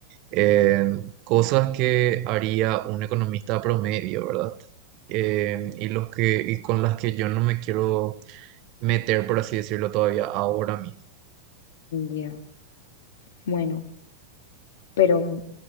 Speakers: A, on the right (about 40°); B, on the left (about 55°).
A: en cosas que haría un economista promedio, ¿verdad? Eh, y los que, y con las que yo no me quiero meter, por así decirlo, todavía ahora mismo.
B: ya, Bueno. Pero